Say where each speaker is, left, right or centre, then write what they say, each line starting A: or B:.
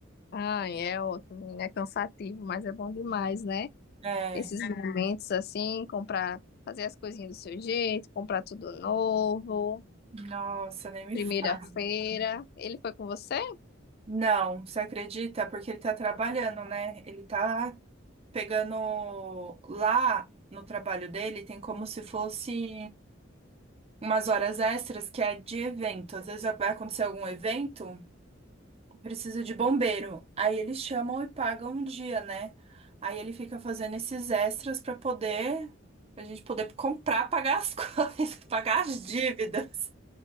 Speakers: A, on the left; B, on the right.
A: ai, é outro, menina. É cansativo, mas é bom demais, né?
B: É.
A: Esses É. momentos assim, comprar, fazer as coisinhas do seu jeito, comprar tudo novo,
B: Nossa, nem me
A: primeira-feira.
B: fala.
A: Ele foi com você?
B: Não, você acredita? Porque ele tá trabalhando, né? Ele tá pegando lá no trabalho dele, tem como se fosse umas horas extras que é de evento. Às vezes vai acontecer algum evento. Preciso de bombeiro. Aí eles chamam e pagam um dia, né? Aí ele fica fazendo esses extras pra poder a gente poder comprar, pagar as <laughs> coisas, pagar as dívidas.